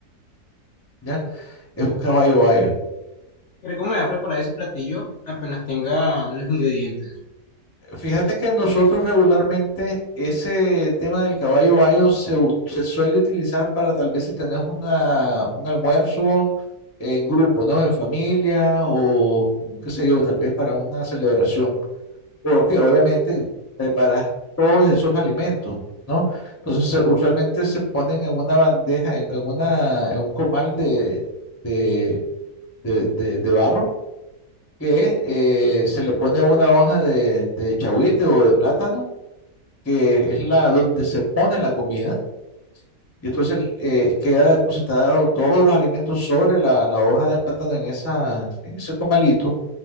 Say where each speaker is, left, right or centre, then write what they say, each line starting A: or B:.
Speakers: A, on the left; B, on the left.
A: ¿ya? Es un caballo bayo.
B: Creo que me voy a preparar ese platillo apenas tenga los ingredientes.
A: Fíjate que nosotros regularmente ese tema del caballo bayo se, u- se suele utilizar para tal vez si tenés una, un almuerzo en grupo, ¿no? En familia o con- qué sé yo, tal vez para una celebración. Porque obviamente preparas todos esos alimentos, ¿no? Entonces se- usualmente se ponen en una bandeja, en, en una, en un comal de, de, de, de- de barro que eh, se le pone una hoja de, de chahuite o de plátano que es la donde se pone la comida, y entonces eh, queda depositado todos los alimentos sobre la, la hoja de plátano en esa, en ese comalito,